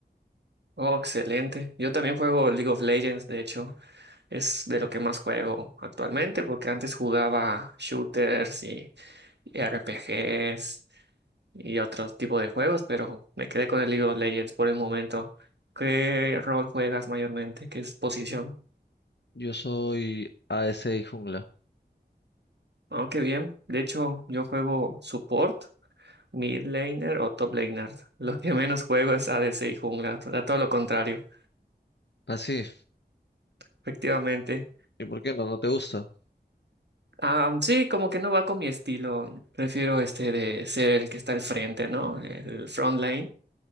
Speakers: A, on the right; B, on the left.
A: Oh, excelente. Yo también juego League of Legends, de hecho. Es de lo que más juego actualmente, porque antes jugaba shooters y, y RPGs y otro tipo de juegos, pero me quedé con el League of Legends por el momento. ¿Qué rol juegas mayormente? ¿Qué es posición?
B: Yo soy ADC y jungla.
A: Aunque bien, de hecho yo juego support, mid laner o top laner. <laughs> Lo que menos juego es ADC y jungla, o sea, todo lo contrario,
B: Ah, sí,
A: efectivamente.
B: ¿y por qué no? ¿No te gusta?
A: Ah, sí, como que no va con mi estilo. Prefiero este de ser el que está al frente, ¿no? El front line.